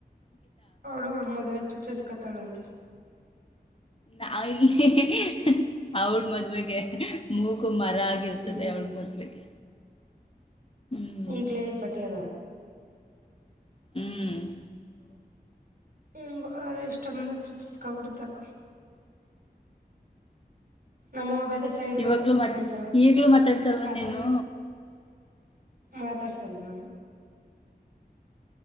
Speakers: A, on the right; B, on the left.
A: ಅವಳು ಅವ್ಳ ಮದ್ವೆಗ್ ಚುಚ್ಚುಸ್ಕತಳಂತೆ.
B: ನಾವ ಇಲ್ಲಿ ಹಿ ಹಿ ಹಿ ಅವಳ ಮದ್ವೆಗೆ ಮೂಕು ಮರ ಆಗಿರ್ತದೆ
A: ಹ್ಮ್
B: ಅವಳ ಮದ್ವೆಗೆ ಹ್ಮ್.
A: ಈಗ್ಲೇ ಈ ಪಟಿ ಅದ
B: ಹ್ಮ್
A: ಹೆಂಗು ಆರ ಇಷ್ಟ ಬಂದಾಗ ಚುಚ್ಚಿಸ್ಕೊಬಿಡುತಕ್ಕ. ನಮ್ಮವ್ ಬೇರೆ ಸೈಡ್
B: ಇವಾಗ್ಲೂ
A: ಬಕ್ ಚೂಚ್
B: ಮಾತ್
A: ಕೊಂತಾಳ
B: ಈಗ್ಲೂ ಮಾತಾಡ್ಸಲ್ವಾ
A: ಕಾಸಿಲ್ಲ.
B: ನೀನು
A: ಮಾತಾಡ್ಸಲ್ ನಾನು.